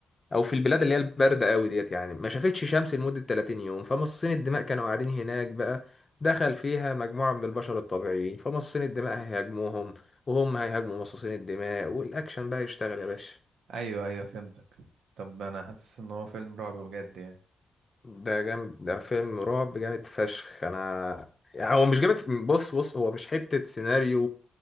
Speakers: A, on the left; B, on the right.
A: او في البلاد اللي هي البارده قوي ديت يعني ما شافتش شمس لمده 30 يوم فمصاصين الدماء كانوا قاعدين هناك بقى دخل فيها مجموعه من البشر الطبيعيين فمصاصين الدماء هيهاجموهم وهم هيهاجموا مصاصين الدماء والاكشن بقى يشتغل يا باشا
B: ايوه ايوه فهمتك طب انا حاسس ان هو فيلم رعب بجد يعني
A: ده جامد ده فيلم رعب جامد فشخ انا يعني هو مش جامد بص بص هو مش حته سيناريو